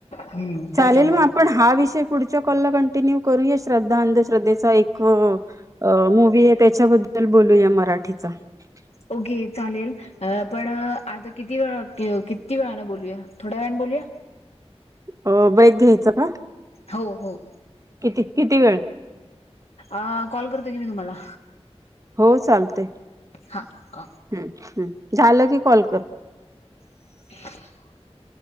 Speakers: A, on the left (about 70°); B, on the right (about 30°).
A: हम्म
B: चालेल
A: त्याच्यामुळे
B: मग आपण हा विषय पुढच्या कॉलला तर न्यू करूया श्रद्धा अंध्रद्धेचा एक मुव्ही आहे त्याच्याबद्दल बोलूया मराठी साठीचा
A: ओके चालेल, पण आता किती वेळा किती वेळाने बोलूया थोड्या वेळाने बोलूया?
B: अ ब्रेक घ्यायचं का?
A: हो हो.
B: किती किती वेळ?
A: अ कॉल करत की मी तुम्हाला.
B: हो चालते हम्म
A: हा
B: हम्म. झालं की कॉल कर.
A: <unintelligible>